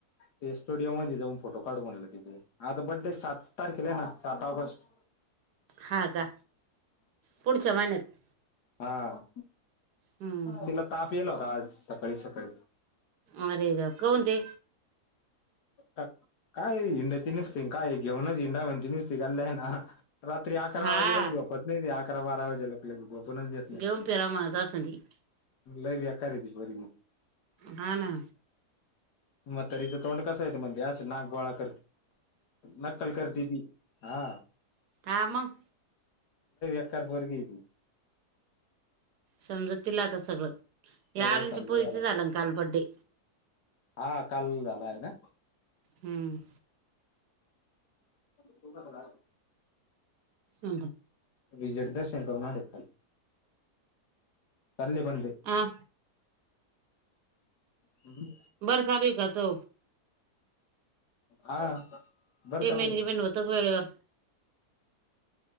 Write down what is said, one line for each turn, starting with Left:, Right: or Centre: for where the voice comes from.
Left: ते स्टुडिओ मध्ये जाऊन फोटो काढून म्हला तिथे आता बड्डे सात तारखेला आहे ना सात ऑगस्ट
Right: हा का पुढच्या महिन्यात
Left: हा
Right: हम्म हम्म.
Left: तिला ताप येला होता आज सकाळी सकाळी
Right: मर लका उते
Left: का काय हिंड्या त नुसती काय घेऊनच हिंडा म्हणती नुसती घाल्लं आहे ना रात्री अकरा
Right: हा
Left: वाजे लक झोपत नाही ते अकरा बारा वाजे लक ल झोपूनच देत नाही
Right: घेऊन फिरा म्हणत असन ती
Left: लैव येका रती बरग
Right: हा ना
Left: मग तरीच तोंड कस येत म्हणजे असं नागबळा करते नक्कल करती ती हा
Right: धामग
Left: एकार वरगेतू
Right: समज तला आता सगळं या
Left: सगळं
Right: आरंच्या
Left: समजून
Right: पोरीच
Left: आलं
Right: झालं
Left: आता
Right: ना कालबड्डे
Left: हा काल झाला आहे ना
Right: हम्म
Left: त कस झा
Right: समजा
Left: विजयड दर्शन कर्नाटकल कल् बंद
Right: ह
Left: हम्म
Right: बरं चालू का च
Left: हा बरं
Right: ते
Left: चालू
Right: मेन
Left: आहे ना
Right: की मणनू होताग वेळेवर